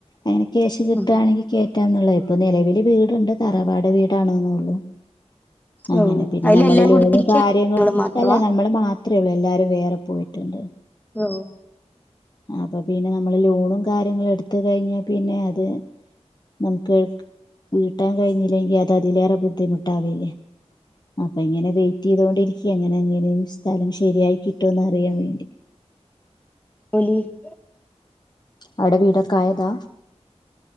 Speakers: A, on the left; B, on the left.
A: അങ്ങനെ ക്യാഷ് കിട്ടുകയാണെങ്കിൽ
B: ഉം
A: കേയറ്റാന്നുള്ളത് ഇപ്പ ന്നിലവില് വീട്ണ്ട് തറാവാട് വീടാണ്ന്നൊള്ളു അങ്ങനെ
B: ഓ
A: പിന്നെ
B: അതില്
A: നമ്മള്
B: എല്ലാം
A: ലോണ്
B: കൂടി ഇരിക്ക
A: കാര്യങ്ങളും
B: നിങ്ങള് മാത്രവാ
A: അല്ല നമ്മള് മാത്രേ ഒള്ളൂ എല്ലാരും വേറെ പോയിട്ടുണ്ട്
B: ഓ
A: അപ്പൊ പിന്നെ നമ്മള് ലോണും കാര്യങ്ങളും എടുത്ത് കഴിഞ്ഞാ പിന്നെ അത് ന്നമുക്ക് വീട്ടാൻ കയ്ഞ്ഞില്ലെങ്കി അത് അതിലേറെ ബുദ്ധിമുട്ടാവി ല്ലേ അപ്പഇങ്ങനെ വെയ്റ്റെയ്തൊണ്ടിക്ക്യാ അങ്ങനെ എങ്ങനേം സ്ഥലം ശരിയായി കിട്ടോന്ന് അറിയാൻ വേണ്ടി
B: ഒലിവ്
A: അവടെ വീടക്കായതാ